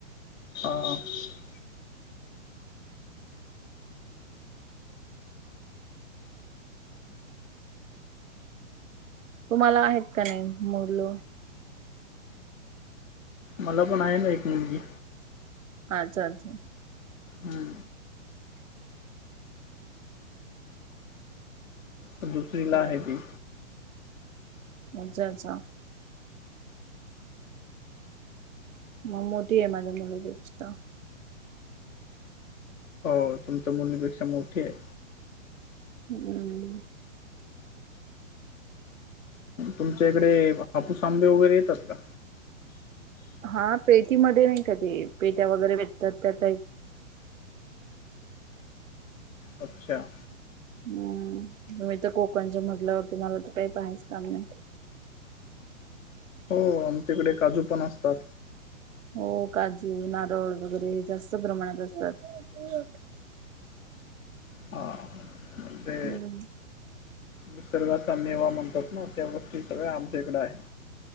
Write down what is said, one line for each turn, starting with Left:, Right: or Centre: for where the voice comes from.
Left: ह
Right: तुम्हाला आहेत का नाही मुल
Left: मला पण आहे ना एक निवजी
Right: अच्छा अच्छा.
Left: हां तर दुसरी
Right: हो.
Left: ला आहे ती.
Right: अच्छा अच्छा. मग मोठी आहे माझ्या मुलीपेक्षा.
Left: हो तुमच्या मुलीपेक्षा मोठी आहे.
Right: हम्म.
Left: तुमच्या इकडे हापूस आंबे वगैरे येतात का?
Right: हा पेटीमध्ये नाही का ते पेट्या वगैरेेे भेटत्यात का ताई.
Left: अच्छा.
Right: हम्म तुम्ही तर कोकणच्या मगल्यावरती तुम्हाला तर काही पाहायचा काम नाही.
Left: हो आमच्याकडे काजू पण असतात.
Right: हो काजू, नारळ वगैरे हे जास्त प्रमाणात असतात.
Left: हा. ते
Right: हम्म.
Left: निसर्गाचा मेवा म्हणतात ना त्या गोष्टी सगळ्या आमच्याकडे आहे.